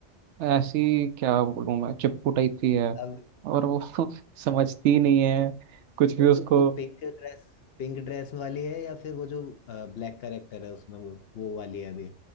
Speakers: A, on the right (about 80°); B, on the left (about 65°).
A: ऐसी क्या बोलूँ मैं चिपकू टाइप की है
B: <laughs> अब
A: और वो <laughs> समझती नहीं है कुछ
B: वो
A: भी उसको
B: वो पिंक ड्रेस पिंक ड्रेस वाली है या फिर वो जो ब्लैक करेक्टर है उसमें वो वो वाली है अभी